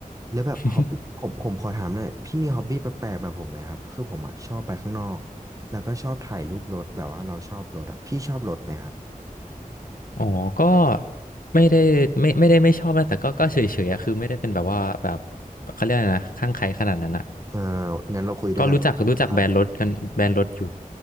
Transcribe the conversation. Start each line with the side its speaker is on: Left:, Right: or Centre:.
Right: แล้วแบบฮอบบี้ผมผมขอถามหน่อยพี่มีฮอบบี้แปลกๆแบบผมไหมครับคือผมอ่ะชอบไปข้างนอก
Left: <laughs>
Right: แล้วก็ชอบถ่ายรูปรถแบบว่าเราชอบรถอะพี่ชอบรถไหมครับ
Left: อ๋อก็ไม่ได้ไม่ไม่ได้ไม่ชอบนะแต่ก็ก็เฉยเฉยอะคือไม่ได้เป็นแบบว่าแบบเขาเรียกอะไรนะข้างใครขนาดนั้นอะ
Right: อ่างั้นเราคุยด้วยกัน
Left: ก็รู้จักรู้จักแบรนด์รถกันแบรนด์รถอยู่
Right: <laughs> ครับ